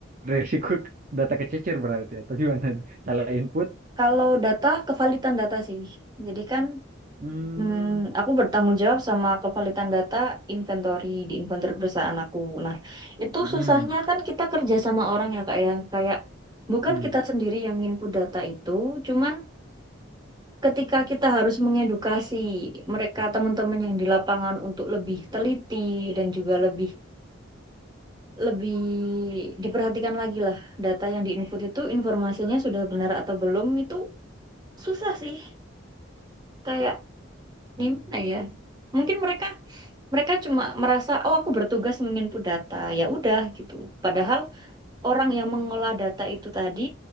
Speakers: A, on the right; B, on the right.
A: Risiko data kececer berarti atau gimana? Salah input?
B: kalau data, kevalitan data sih. Jadi kan
A: Hmm.
B: hmm, aku bertanggung jawab sama kevalitan data inventory di inventory perusahaan aku. Nah, itu
A: Hmm.
B: susahnya kan kita kerja sama orang ya, Kak ya. Kayak bukan
A: Hmm.
B: kita sendiri yang input data itu, cuman ketika kita harus mengedukasi mereka teman-teman yang di lapangan untuk lebih teliti dan juga lebih lebih diperhatikan lagi lah data yang diinput itu informasinya sudah benar atau belum itu susah sih kayak
A: Iya,
B: gimana
A: iya.
B: ya mungkin mereka mereka cuma merasa oh aku bertugas menginput data ya udah gitu padahal orang yang mengolah data itu tadi